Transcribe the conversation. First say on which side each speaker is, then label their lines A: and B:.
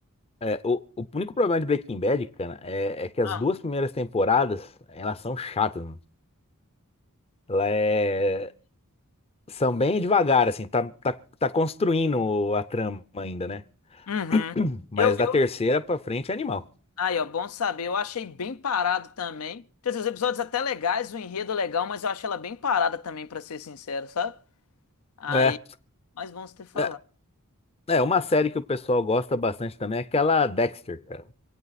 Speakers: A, on the left; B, on the left.
A: É, o, o único problema de Breaking Bad, cara, é, é que as
B: Ah,
A: duas primeiras temporadas, elas são chatas, mano. Ela é... São bem devagar, assim, tá, tá, tá construindo a trama ainda, né?
B: uhum.
A: <clears throat> Mas
B: Eu,
A: da
B: eu...
A: terceira pra frente é animal.
B: Aí, ó, bom saber. Eu achei bem parado também. Quer dizer, os episódios até legais, o enredo é legal, mas eu achei ela bem parada também, pra ser sincero, sabe? Aí,
A: É,
B: mas bom você ter falado.
A: é, é, uma série que o pessoal gosta bastante também é aquela Dexter, cara.